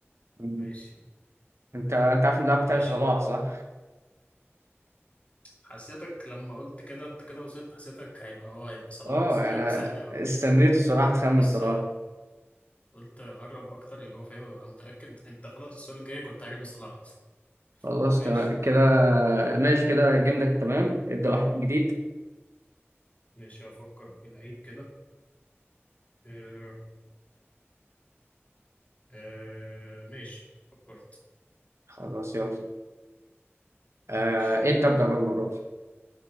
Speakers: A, on the right (about 80°); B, on the left (about 30°).
A: انت
B: ماشي
A: انت عارف إن اللاعب بتاعي
B: ماشي
A: صلاح صح؟
B: حسيتك لما قلت كده انت كده وصلت حسيتك هيبقى اه هيبقى صلاح
A: اه
B: حسيته
A: انا
B: هيبقى سهل قوي
A: استنيت بصراحة تخمن
B: بس
A: صلاح
B: قلت اقرب اكتر اللي هو فاهم ابقى متاكد انت خلاص السؤال الجاي كنت هرمي صلاح اصلا
A: خلاص
B: ماشي
A: تمام كده ماشي كده الجيم ده تمام ابدأ واحد جديد
B: ماشي هفكر في لعيب كده آه آه ماشي فكرت
A: خلاص يلا آه
B: ماشي
A: انت ابدأ بقى المرة دي